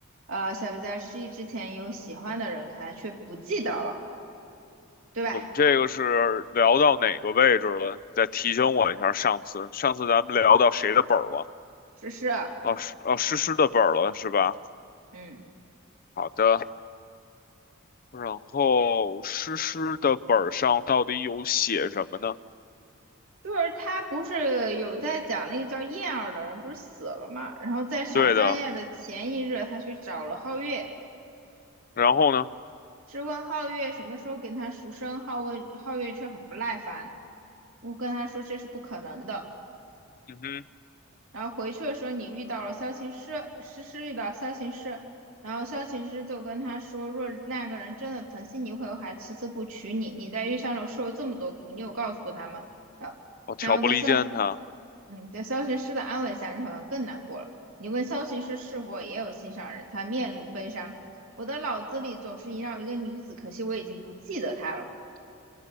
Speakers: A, on the right; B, on the left.
A: 呃，小鱼在失忆之前有喜欢的人，可他却不记得了，对吧？
B: 我们这个是聊到哪个位置了？再提醒我一下，上次上次咱们聊到谁的本儿了？
A: 诗诗，
B: 哦，是哦，诗诗的本儿了是吧？
A: 嗯，
B: 好的，然后诗诗的本儿上到底有写什么呢？
A: 就是他不是有在讲那个叫燕儿的人不是死了嘛，然后在赏香宴的前一日，
B: 对的，
A: 他去找了皓月。
B: 然后呢？
A: 质问皓月什么时候给他赎身，皓问皓月却很不耐烦。我跟他说这是不可能的。
B: 嗯哼，
A: 然后回去的时候，你遇到了萧琴师，诗诗遇到萧琴师，然后萧琴师就跟他说，若那个人真的疼惜你，会还迟迟不娶你。你在月相楼受了这么多苦，你有告诉过他吗？呃，
B: 我挑拨离间他。
A: 然后在萧，嗯，在萧琴师的安慰下，你好像更难过了。你问萧琴师是否也有心上人，他面露悲伤。我的脑子里总是萦绕一个女子，可惜我已经不记得她了。